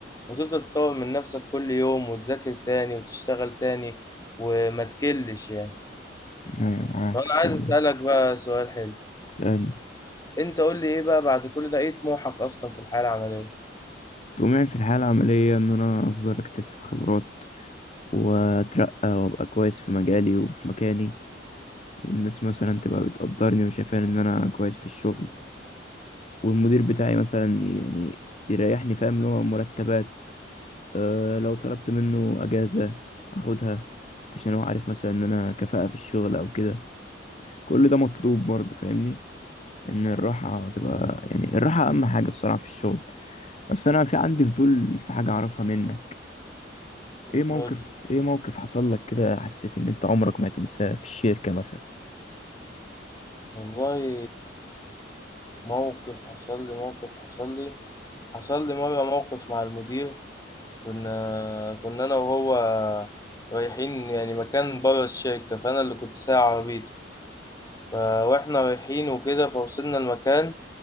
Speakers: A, on the left (about 20°); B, on the left (about 40°).
A: وتفضل تطور من نفسك كل يوم وتذاكر تاني وتشتغل تاني وما تكلش يعني
B: ايوه معاك
A: انا
B: في كل
A: عايز اسالك
B: ده
A: بقى سؤال حلو
B: سألني
A: انت قول لي ايه بقى بعد كل ده ايه طموحك اصلا في الحياه العمليه
B: طموحي في الحياة العملية ان انا افضل اكتسب خبرات واترقى وابقى كويس في مجالي وفي مكاني والناس مثلا تبقى بتقدرني وشايفاني ان انا كويس في الشغل والمدير بتاعي مثلا يعني يريحني فاهم اللي هو مرتبات أه لو طلبت منه اجازة اخدها عشان هو عارف مثلا ان انا كفاءة في الشغل او كده كل ده مطلوب برضه فاهمني ان الراحة تبقى يعني الراحة اهم حاجة الصراحة في الشغل بس انا في عندي فضول في حاجة اعرفها منك ايه موقف
A: نقول لي
B: ايه موقف حصل لك كده حسيت ان انت عمرك ما هتنساه في الشركة مثلا
A: والله موقف حصل لي موقف حصل لي حصل لي مره موقف مع المدير كنا كنا انا وهو رايحين يعني مكان بره الشركه فانا اللي كنت سايق عربيته ف- واحنا رايحين وكده فوصلنا المكان